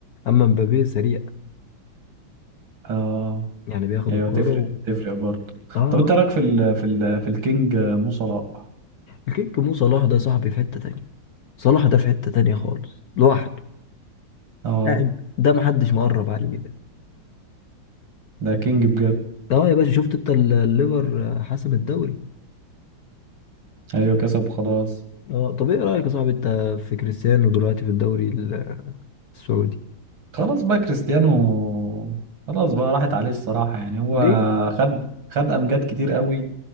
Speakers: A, on the left (about 60°); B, on the right (about 75°).
A: أما مبابي سريع
B: اه
A: يعني بياخد
B: ايوه
A: الكورة
B: تفرق
A: و...
B: تفرق برضه
A: اه آه.
B: طب انت رايك في ال في ال في الكينج آه، مو صلاح
A: الكيك مو صلاح ده صاحبي في حتة تانية صلاح ده في حتة تانية خالص لوحده
B: اه
A: قاعد ده محدش مقرب عليه ده
B: ده كينج بجد
A: اه يا باشا شفت انت ال- الليفر حسم الدوري
B: ايوه كسب خلاص
A: اه طب ايه رأيك يا صاحبي انت في كريستيانو دلوقتي في الدوري ال- السعودي
B: خلاص بقى كريستيانو خلاص بقى راحت عليه الصراحة يعني هو
A: ليه
B: خد خد امجاد كتير قوي